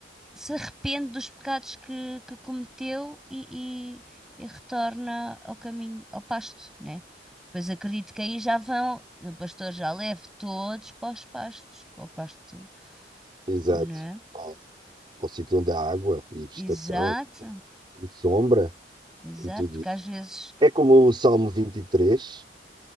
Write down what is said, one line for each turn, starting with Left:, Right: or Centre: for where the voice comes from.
Centre: se arrepende dos pecados que, que cometeu e, e- e retorna ao caminho, ao pasto, né? Depois acredito que aí já vão, o pastor já leva todos para os pastos, para o pasto,
Right: Exato.
Centre: né?
Right: Ó, Para o sítio onde há água e vegetação
Centre: Exato,
Right: e e sombra
Centre: exato,
Right: e tudo
Centre: porque
Right: isso.
Centre: às vezes.
Right: É como o Salmo vinte e três